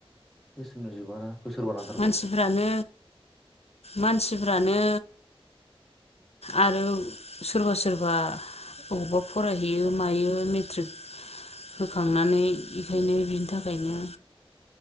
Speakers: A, in the centre; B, on the left.
A: बोसोरनैयाव जोबाना बोसोरबा नांथारगौ
B: मानसिफ्रानो मानसिफ्रानो आरो सोरबा सोरबा अबावबा फरायहैयो मायो मे <unintelligible> होखांनानै बेखायनो बिनि थाखायनो